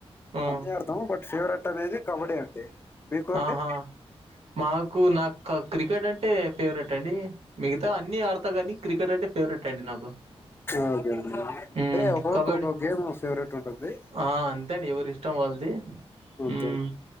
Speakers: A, on the right; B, on the left.
A: ఆ
B: అన్ని ఆడతాము బట్ ఫేవరెట్ ట్ అనేది కబడ్డీ అండి. మీకు అండి
A: ఆహా మాకు నాక్ కద్ క్రికెట్ అంటే ఫేవరెట్ అండి. మిగతా అన్ని ఆడత గానీ క్రికెట్ అంటే ఫేవరెట్ అండి. నాకు
B: ఓకే అండి
A: మ్మ్
B: అంటే ఒకొవరికి
A: కబడ్డీ
B: ఒక్కో గేమ్ ఫేవరెట్ ఉంటది.
A: ఆ అంతే అండి ఎవరి ఇష్టం వాళ్ది.
B: అంతే
A: ఉమ్